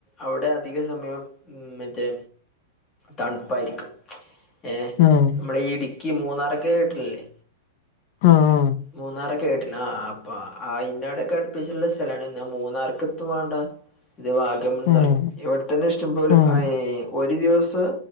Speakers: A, on the left (about 20°); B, on the left (about 50°).
A: അവ്ടെ അധിക സമയം ഉം മറ്റേ തണുപ്പായിരിക്കും ഏഹ്
B: ആഹ്
A: നമ്മളെ ഈ ഇടുക്കി മൂന്നാറൊക്കെ കേട്ടിട്ടില്ലേ
B: ആഹ്
A: മൂന്നാറൊക്കേട്ടിണ് ആഹ് അപ്പ അയിന്റെടൊക്കെ അടുപ്പിച്ചിട്ടുള്ള സ്ഥലാണ് ന്നാ മൂന്നാർക്കെത്തും വാണ്ട ഇത് വാഗമൺന്ന്
B: ആഹ്
A: പറയും ഇവിടെത്തന്നെ ഇഷ്ടംപോലെ
B: ആഹ്
A: ഏഹ് ഒരു ദിവസം